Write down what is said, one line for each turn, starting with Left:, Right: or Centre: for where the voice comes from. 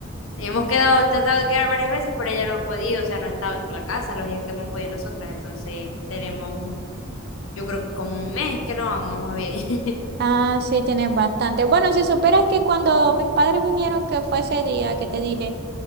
Left: hemos quedado, tratado de quedar varias veces, pero ella no ha podido, o sea, no ha estado en la casa los días que hemos podido nosotras, entonces tenemos, un- yo creo que como un mes que no vamos más bien. <laughs>
Right: Ah, sí, tienen bastante. Bueno, si supieras que cuando mis padres vinieron, que fue ese día que te dije,